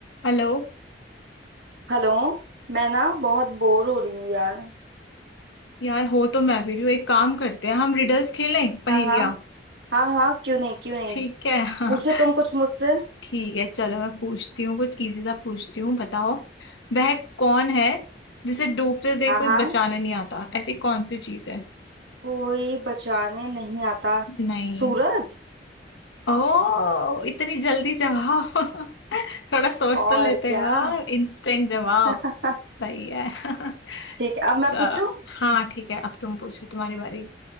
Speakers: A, on the left; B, on the right.
A: Hello
B: Hello मैं ना बहुत बोर हो रही हूँ यार
A: यार हो तो मैं भी रही हूँ एक काम करते हैं हम रिडल्स खेलें
B: हाँ
A: पहेलियाँ
B: हाँ हाँ हाँ क्यों नहीं क्यों नहीं
A: ठीक है <laughs> हाँ
B: पूछो तुम कुछ मुझसे
A: ठीक है चलो मैं पूछती हूँ कुछ इजी सा पूछती हूँ बताओ वह कौन है जिसे डूबते देख
B: हाँ
A: कोई
B: हाँ
A: बचाने नहीं आता ऐसी कौन सी चीज है
B: कोई बचाने नहीं आता
A: नहीं
B: सूरज
A: ओ इतनी जल्दी जवाब <laughs> थोड़ा सोच
B: और
A: तो लेते
B: क्या
A: यार इंस्टेंट जवाब
B: <laughs>
A: सही है <laughs>
B: ठीक है अब
A: चलो
B: मैं पूछूं
A: हाँ ठीक है अब तुम पूछो तुम्हारी बारी